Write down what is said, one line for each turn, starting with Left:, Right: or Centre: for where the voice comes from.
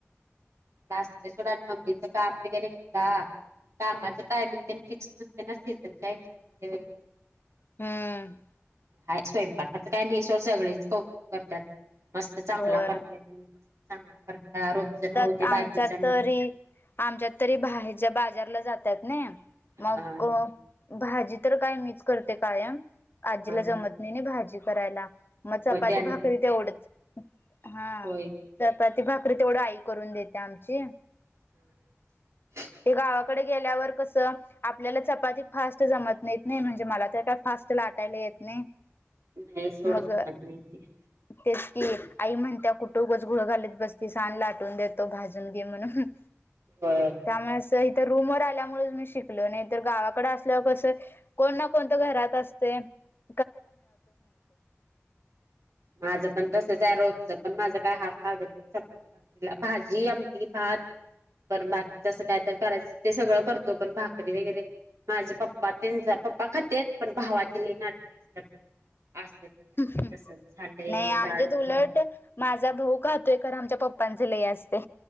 Right: ड आणि मम्मीचं काम वगैरे का, कामाच टायमिंग त्यांनी फिक्स नसते ना सीझनच्या हच्यामध्ये वगैरे
Left: हम्म
Right: ह स्वयंपाकाच काय नाही स सगळेच कौतुक करतात मस्त चांगला
Left: होय
Right: करते त मस्त चांगला रोजच- <inaudible>
Left: आमच्या
Right: बाकीच आणि
Left: तरी आमच्यात तरी बाहेच्या बाजारला जातात ना
Right: हा
Left: मग
Right: हा
Left: भाजी तर काय मीच करते कायम आजीला
Right: हा
Left: जमत नाही नाही भाजी करायला मग
Right: होय
Left: चपाती
Right: त्यांचं
Left: भाकरी तेवढंच हा
Right: होय की
Left: तर चपाती भाकरी तेवढी आई करून देते आमची
Right: हम्म हम्म
Left: ते गावाकडे गेल्यावर कस आपल्याला चपाती फास्ट जमत नाहीेत नाही म्हणजे मला तर काय फास्ट फास्ट लाटायला येत नाही
Right: नाही सोड
Left: मग
Right: जमत नाही ते
Left: ते कि आई म्हणत्या कुठं उगच घोळ घालत बसती आन लाटून देतो भाजून घे म्हणून
Right: होय
Left: त्यामुळेच इथं रूम वर आल्यामुळे मी शिकलो नाही तर गावाकडे असल्यावर कस कोण ना कोणतं घरात असतय. <unintelligible>
Right: माझं पण तसच आहे रो तिथं माझा काय हात लागत नाही चपाती, भाकरीला, भाजी आमटी भात. पण बाकीच असं काय तर करायचं ते सगळं करतो पण भाकरी वगैरे माझे पप्पा तेन ज पप्पा खातेेत पण भावाची लय नाटकी असत्यात. असंच झालंय
Left: <unintelligible>
Right: तसच झालंय
Left: नाही आमच्या
Right: जाडच
Left: उलट
Right: झालंय
Left: माझा भाऊ खाहतोय खर आमच्या पप्पा पप्पांचा लय असतय.